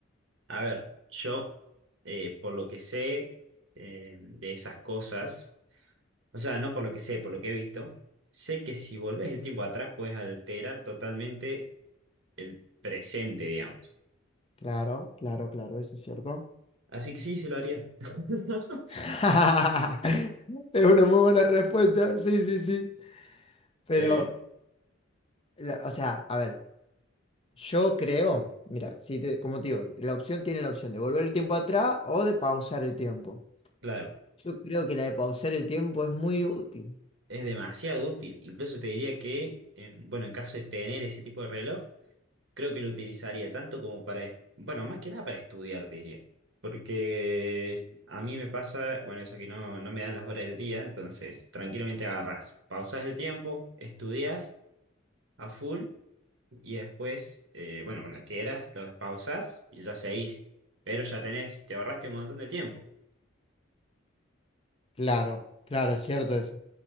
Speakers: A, on the right; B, on the left.
A: A ver, yo, eh, por lo que sé eh, de esas cosas, o sea, no por lo que sé, por lo que he visto, sé que si volvés el tiempo atrás puedes alterar totalmente el presente, digamos.
B: Claro, claro, claro, eso es cierto.
A: Así que sí, se lo haría. <laughs>
B: <laughs> Es una muy buena respuesta, sí, sí, sí. Pero,
A: Eh,
B: la- o sea, a ver, yo creo, mira, si te- como te digo, la opción tiene la opción de volver el tiempo atrás o de pausar el tiempo.
A: claro,
B: Yo creo que la de pausar el tiempo es muy útil.
A: es demasiado útil. Incluso te diría que, eh, bueno, en caso de tener ese tipo de reloj, Creo que lo utilizaría tanto como para, est- bueno, más que nada para estudiar, te diría. Porque a mí me pasa, bueno, eso que no, no me dan las horas del día, entonces tranquilamente agarrás, pausás el tiempo, estudias a full y después, eh, bueno, cuando quieras, lo despausás y ya seguís. Pero ya tenés, te ahorraste un montón de tiempo.
B: Claro, claro, es cierto eso.